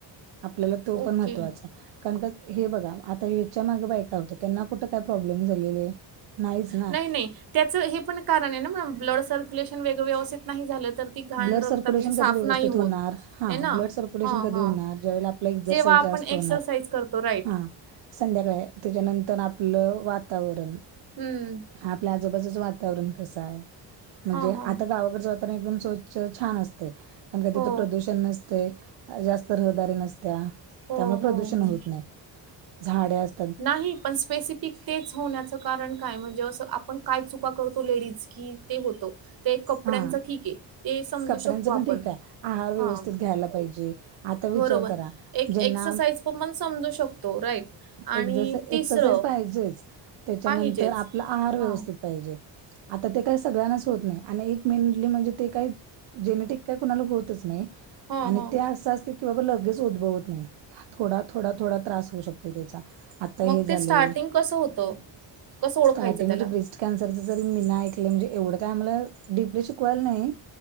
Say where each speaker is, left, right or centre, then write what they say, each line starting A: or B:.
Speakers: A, on the right (about 70°); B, on the right (about 50°).
A: आपल्याला तो
B: ओके
A: पण महत्त्वाचाय. कारण का हे बघा, आता ह्याच्या मागं बायका होत्या. त्यांना कुठं काय प्रॉब्लेम झालेले? नाहीच ना
B: नाही नाही. त्याचं हे पण कारण आहे ना मॅम, ब्लड सर्क्युलेशन वेग व्यवस्थित नाही झालं तर ती घाण
A: ब्लड सर्क्युलेशन
B: रक्तातली साफ
A: कधी व्यवस्थित
B: नाही होत.
A: होणार हा
B: हे ना?
A: ब्लड सर्क्युलेशन
B: हां
A: कधी
B: हां
A: होणार ज्यावेळेला आपला एक्झरसाईज
B: जेव्हा आपण
A: जास्त होणार
B: एक्सरसाइज करतो राईट
A: हा संध्याकाळी आहे. त्याच्यानंतर आपलं वातावरण
B: हम्म
A: हां आपल्या आजूबाजूचं वातावरण कसं आहे? म्हणजे
B: हा हा
A: आता गावाकडचं वाता वरण एकदम स्वच्छ, छान असतंय. कारण का
B: हो
A: तिथं प्रदूषण नसतंय जास्त रहदारी नसत्या,
B: हो
A: त्यामुळे प्रदूषण
B: हो हो
A: होत नाही. झाडे अस
B: नाही पण स्पेसिफिक तेच होण्याचं कारण काय? म्हणजे असं आपण काय चुका करतो लेडीज, की ते होतं ते कपड्यांचं
A: हा
B: ठीक आहे. ते समजू
A: कपड्यांचं
B: शकतो आपण.
A: पण ठीक आहे आहार व्यवस्थित
B: हां
A: घ्यायला पाहिजे आता विचार
B: बरोबर.
A: करा
B: एक
A: ज्यांना
B: एक्सरसाइज पण मग समजू शकतो. राईट आणि
A: एक्सरसाइ,
B: तिसरं
A: एक्सरसाईज पाहिजेच. त्याच्यानंतर
B: पाहिजेच.
A: आपला आहार व्यवस्थित
B: हां.
A: पाहिजे आता ते काही सगळ्यांनाच होत नाही आणि एक मेनली म्हणजे ते काय जेनेटिक काय कुणाला होतच नाही
B: हां,
A: आणि
B: हां.
A: ते असं असते की बाबा लगेच उद्भवत नाही. थोडा, थोडा, थोडा त्रास होऊ शकतो तोय त्याचा. आता हे
B: मग
A: झालंय,
B: ते स्टार्टिंग कसं होतं? कसं ओळखायचं
A: स्टार्टिंग
B: त्याला?
A: मध्ये ब्रेस्ट कॅन्सरचं जरी मी नाय ऐकलं, म्हणजे एवढं काय आम्हाला डीपली शिकवायला नाही